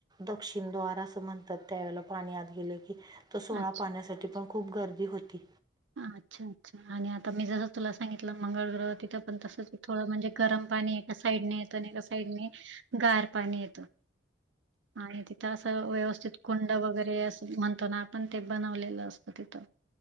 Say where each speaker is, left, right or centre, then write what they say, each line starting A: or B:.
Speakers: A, on the right; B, on the right.
A: दक्षिण दवार अस म्हणतात त्यावेळेला पाणी आत गेले की तो सोळा
B: अच्छा
A: पाहण्यासाठी पण खूप गर्दी होती
B: अच्छा अच्छा आणि आता मी जस तुला सांगितलं मंगळ ग्रह तिथं पण तसच थोडं म्हणजे गरम पाणी एका साईडने येत आणि एका साईडने गार पाणी येतो आणि ति असं व्यवस्थित कुंड वगैरे अस म्हणतो ना आपण ते बनवलेलं असतो तिथं